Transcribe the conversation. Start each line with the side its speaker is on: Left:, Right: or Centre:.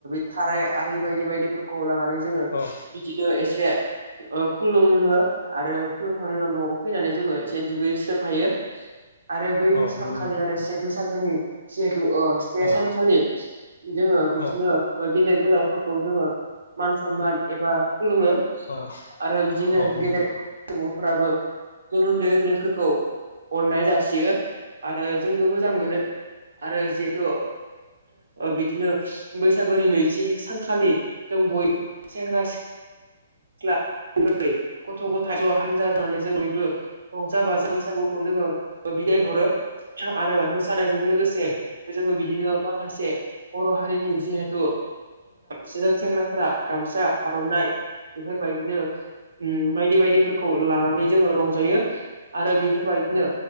Right: थाराय आरि बायदि बायदिफोरखौ लानानै जोङो
Left: औ
Right: बिदिनो एसे ओ खुलुमो आरो खुलुमखांनायनि उनाव न'आव फैनानै जोङो एसे दुगैस्रोबफायो आरो बै
Left: औ
Right: सानखालि
Left: नंगौ नोंथां औ नंगौ नोंथां
Right: आरो बागोनि जिहेथु ओ से सानखालि
Left: औ नंगौ नोंथां औ
Right: जोङो बिदिनो
Left: औ
Right: गेदेर गोलाव फोरखौ जोङो मान सनमान एबा खुलुमो।
Left: औ नंगौ नोंथां औ
Right: आरो बिदिनो
Left: नंगौ नोंथां औ नंगौ नोंथां औ नंगौ नोंथां औ
Right: गेदेर
Left: नंगौ नोंथां
Right: सुबुंफोराबो जों उन्दै उन्दैफोरखौ अननाय जासियो आरो आबो मोजां मोनो आरो जिहेथु बिदिनो बैसागुनि नैथि सानखालि जों बयबो सेंग्रा सिख्ला सिख्ला गथ' गथाय ज' हानजा जानानै जों बयबो रंजा बाज बैसागुखौ जोङो बिदाय हरो आरो मोसानायजों लोगोसे जोङो बिदिनो माखासे बर' हारिनि जिहेथु सिगां सेंग्राफोरा गामसा आर'नाइ बेफोरबायदिनो बायदि बायदिफोरखौ लानानै जोङो रंजायो आरो बेफोरबायदिनो